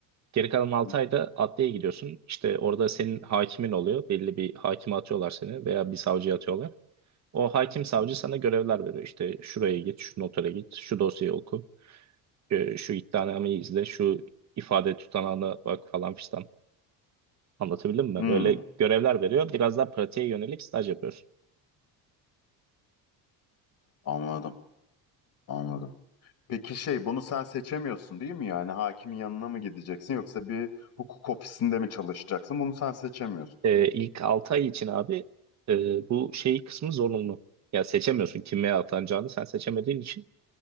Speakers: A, on the right; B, on the left.
A: Geri kalan 6
B: Hı
A: ayda adliyeye gidiyorsun. İşte orada senin hakimin oluyor. Belli bir hakime atıyorlar seni veya bir savcıya atıyorlar. O hakim
B: hı.
A: savcı sana görevler veriyor. İşte şuraya git, şu notere git, şu dosyayı oku, e, şu iddianameyi izle, şu ifade tutanağına bak falan fistan. Anlatabildim mi?
B: Hmm,
A: Böyle görevler veriyor. Biraz daha pratiğe yönelik staj yapıyorsun.
B: anladım, anladım. Peki şey, bunu sen seçemiyorsun değil mi? Yani hakimin yanına mı gideceksin yoksa bir hukuk ofisinde mi çalışacaksın? Bunu sen seçemiyorsun.
A: E, ilk 6 ay için abi e, bu şey kısmı zorunlu. Ya seçemiyorsun kime atanacağını sen seçemediğin için.